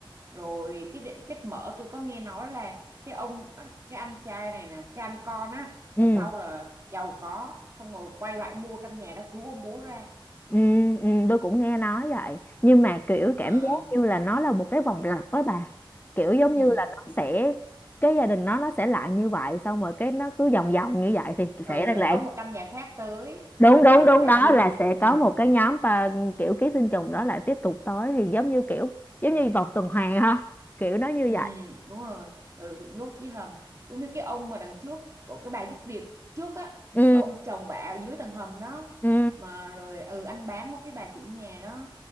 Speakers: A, on the right; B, on the left.
A: rồi cái định kết mở tôi có nghe nói là cái ông ờ, cái anh trai này nè cái anh con á
B: ừ
A: là sau là giàu có xong rồi quay lại mua căn nhà đó cứu ông bố ra
B: Ừ, ừ, tôi cũng nghe nói vậy nhưng mà kiểu cảm
A: Ờ,
B: giác như là nó là một cái vòng lặp đó bà kiểu giống
A: ừ.
B: như là nó sẽ cái gia đình nó nó sẽ lại như vậy xong rồi cái nó cứ vòng vòng như vậy thì
A: ừ
B: sẽ lại
A: rồi
B: lại-
A: có một căn nhà khác tới
B: đúng
A: ờ,
B: đúng
A: lại
B: đúng đó
A: như
B: là
A: thế
B: sẽ
A: ừ
B: có một cái nhóm và kiểu ký sinh trùng đó lại tiếp tục tới thì giống như kiểu giống như vòng tuần hoàn ha kiểu nó như
A: Ừ,
B: vậy
A: đúng rồi, ừ, bị nhốt dưới hầm. Giống như cái ông mà đằng trước của cái bà giúp việc trước á
B: ừ
A: mà ông chồng bà ở dưới tầng hầm đó
B: ừ
A: mà rồi ừ anh bám vào cái bà chủ nhà đó.